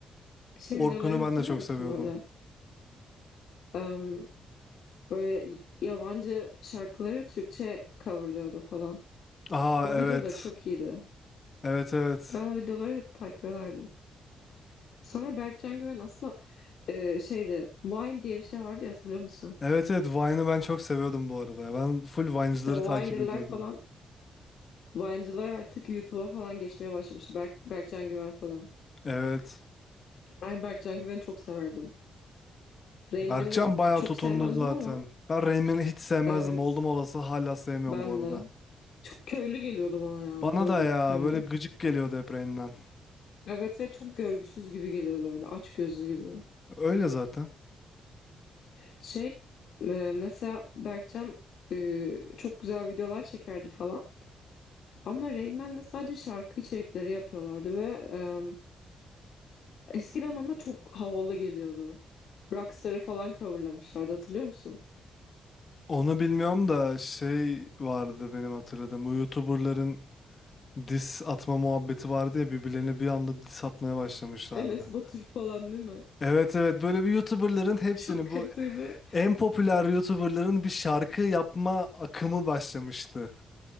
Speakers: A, on the left; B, on the left.
A: Şey
B: Orkun'u
A: videolarını
B: ben
A: hatırlıyor
B: de çok
A: musun
B: seviyordum.
A: böyle? Em, böyle yabancı şarkıları Türkçe coverlıyordu falan.
B: Aa
A: O
B: evet.
A: videoları çok iyiydi.
B: Evet evet.
A: Ben o videoları hep takip ederdim. Sonra Berkcan Güven aslında e, şeydi Vine diye bir şey vardı ya hatırlıyor musun?
B: Evet evet Vine'ı ben çok seviyordum bu arada. Ben full Vine'cıları
A: İşte o
B: takip
A: Viner'lar
B: ediyordum.
A: falan Vine'cılar artık YouTube'a falan geçmeye başlamış. Berk, Berkcan Güven falan.
B: Evet.
A: Ben Berkcan Güven'i çok severdim. Rain
B: Berkcan
A: Man'i
B: bayağı
A: çok
B: tutundu
A: sevmezdim
B: zaten.
A: ama
B: Ben Rain hiç sevmezdim.
A: evet
B: Oldum olası hala sevmiyorum
A: ben
B: bu arada.
A: de. Çok köylü geliyordu bana ya
B: Bana
A: böyle
B: da ya
A: hani.
B: böyle gıcık geliyordu hep Rain Man.
A: Evet ve çok görgüsüz gibi geliyordu böyle aç gözlü gibi.
B: Öyle zaten.
A: Şey e, mesela Berkcan e, çok güzel videolar çekerdi falan. Ama Rain Man'le sadece şarkı içerikleri yapıyorlardı ve e, eskiden ama çok havalı geliyordu. Rockstar'ı falan coverlamışlardı hatırlıyor musun?
B: Onu bilmiyorum da şey vardı benim hatırladığım. Bu YouTuber'ların diss atma muhabbeti vardı ya birbirlerine bir anda diss atmaya başlamışlardı.
A: Enes Batur falan değil mi?
B: Evet evet böyle bir YouTuber'ların
A: <laughs>
B: hepsini
A: Çok kötüydü.
B: bu en popüler YouTuber'ların bir şarkı yapma akımı başlamıştı.